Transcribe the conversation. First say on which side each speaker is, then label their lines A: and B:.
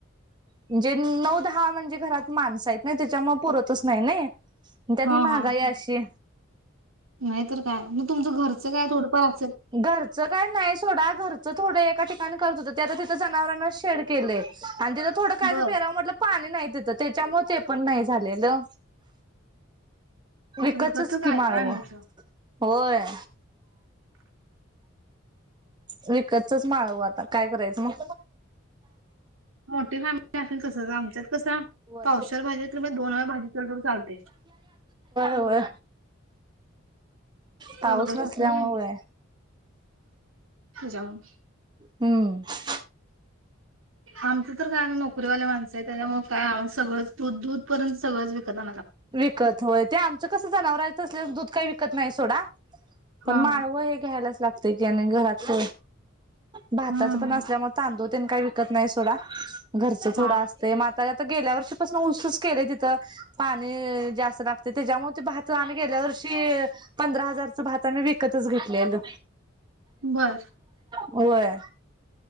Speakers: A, on the right; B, on the right.
A: म्हणजे नऊ हा म्हणजे घरात माणस आहेत ना त्याच्यामुळे पुरतच नाही नाही त्या
B: हा
A: ती महागाई
B: हा
A: अशी
B: नाहीतर काय मग तुमचं घरचं काय थोडंफार असेल
A: घरचं काय नाही सोडा घरचं थोडं एका ठिकाणी करत होतं ते आता तिथं जनावरांना शेड केलंय आणि तिथं थोडं कायं
B: बरं
A: पेराव म्हटलं पाणी नाही तिथं त्याच्या मुळे ते पण नाही झालेलं विकतची
B: विकतचं
A: स्कीम
B: काय
A: हायओ
B: काय आणायचं
A: होय विकतचच माळव आता काय करायचं मग
B: मोठी फॅमिली असेल तस आमच्यात कसं
A: होय
B: पावशेर भाजीतलं म दोन वेळा भाजीतलं तर चालते
A: होय पाऊस
B: चौघच
A: नसल्यामुळे
B: असतोय ना आम्ही जाऊ
A: हम्म
B: आमचं तर काय आम्ही नोकरीवाल्या माणसं आहे त्याच्यामुळे काय सगळंच दू दूध पर्यंत सगळंच विकत आणावं लाग
A: विकत होय ते आमचं कसं जनावर आहेचं असल्याच दूध काही विकत नाही सोडा
B: हा.
A: पण माळव हे घ्यायलाच लागतय त्याने घरात भाताच
B: हम्म
A: पण असल्यामुळे तांदूळ त्यांनी काही विकत नाही सोडा घरचं थोडं
B: हा
A: असतं मग आता गेल्या वर्षीपासून उसच केलेय तिथं पाणी नी जास्त लागत त्याच्यामुळे भात आम्ही गेल्या वर्षी पंधरा हजारच भात आम्ही विकतच घेतल ल
B: बर
A: होय